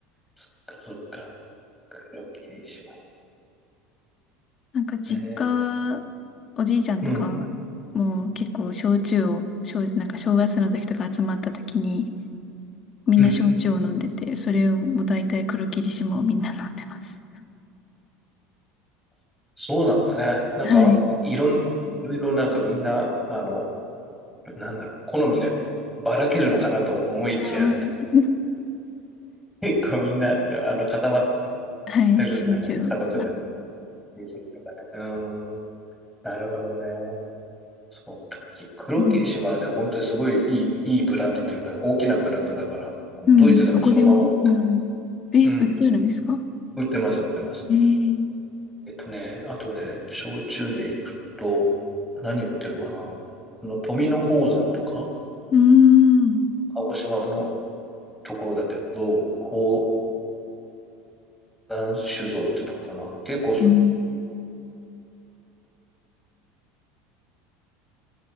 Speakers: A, in the centre; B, on the left.
A: そっか、そっか。黒霧島
B: なんか実家、
A: ね。
B: おじいちゃんとかも結構焼酎を、
A: うん。
B: 焼なんか正月の時とか集まった時にみんな焼酎を飲んでて、
A: うん。
B: それをもう大体黒霧島をみんな飲んでます。
A: そうなんだね。なんか、
B: はい。
A: いろん、いろいろなんかみんな、あの、なんだろう、好みがばらけるのかなと思いきや、
B: あー
A: <laughs> 結構みんな、あの、固まっ
B: <laughs> はい、
A: てるんだね。
B: 焼酎を。
A: 家族で、親戚とかね。うなるほどね。そうか。き黒霧島はね、
B: うん
A: 本当にすごいいい、いいブランドというか、大きなブランドだから、あのドイツでもそのまま売って、
B: うん、どこでも。うん。え、
A: うん、
B: 売ってあるんですか
A: 売ってます、売ってます。
B: えー、
A: えっとね、あとね、焼酎で行くと、何売ってるかなあの、富野宝山とか、
B: うーん。
A: 鹿児島のところだけど、宝山酒造ってとこかな。結構、そ、
B: うん。